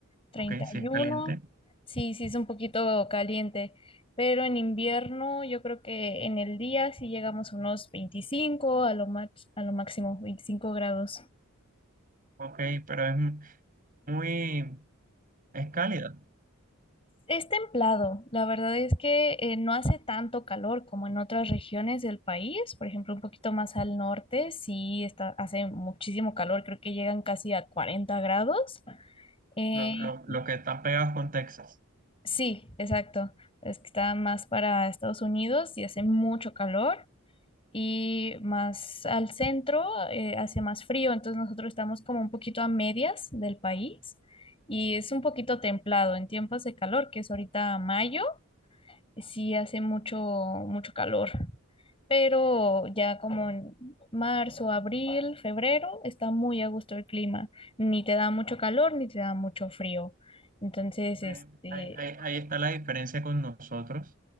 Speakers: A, on the left; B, on the right.
A: treinta
B: Ok, sí
A: y
B: es
A: uno,
B: caliente.
A: sí, sí es un poquito caliente, pero en invierno yo creo que en el día sí llegamos a unos 25 a lo max- a lo máximo 25 grados.
B: Ok, pero es muy, es cálida.
A: Es templado, la verdad es que eh, no hace tanto calor como en otras regiones del país, por ejemplo, un poquito más al norte, sí está, hace muchísimo calor, creo que llegan casi a 40 grados. Eh,
B: Los, los, los que están pegados con Texas.
A: Sí, exacto. Es que está más para Estados Unidos y hace mucho calor y más al centro eh, hace más frío. Entonces nosotros estamos como un poquito a medias del país y es un poquito templado en tiempos de calor, que es ahorita mayo, sí hace mucho, mucho calor. Pero ya como en marzo, abril, febrero, está muy a gusto el clima. Ni te da mucho calor ni te da mucho frío. Entonces,
B: Ve,
A: este...
B: Ahí, ahí- ahí está la diferencia con nosotros,